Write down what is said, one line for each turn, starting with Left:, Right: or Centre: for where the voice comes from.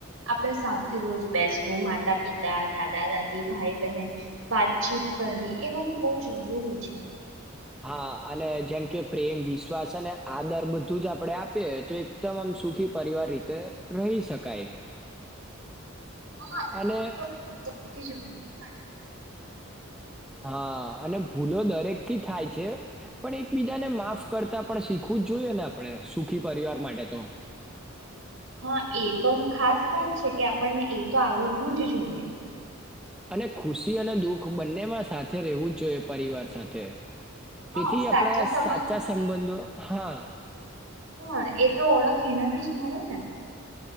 Right: આપણે સાથે રોજ બેસવું માતા પિતા દાદા દાદી ભાઈ બહેન વાતચીત કરવી એ બહુ જરૂરી છે.
Centre: હા, અને જેમ કે પ્રેમ વિશ્વાસ અને આદર બધું જ આપણે આપીએ તો એકદમમ સુખી પરિવાર રીતે રહી શકાય.
Right: હા, એ
Centre: અને
Right: તો એ તો બી જરૂરી વાત
Centre: હા અને ભૂલો દરેક થી થાય છે પણ એકબીજાને માફ કરતા પણ શીખવું જ જોઈએ ને આપણે સુખી પરિવાર માટે તો
Right: હા, એ તો ખાસ વાત છે કે આપણને એ તો આવડવું જ જોઈએ.
Centre: અને ખુશી અને દુઃખ બંનેમાં સાથે રહેવું જ જોઈએ પરિવાર સાથે. તેથી
Right: હા સાચા
Centre: આપણા
Right: સંબંધોને
Centre: સાચા સંબંધો હા
Right: હા,. એ તો ઓળખ એનાથી જ મળે ને.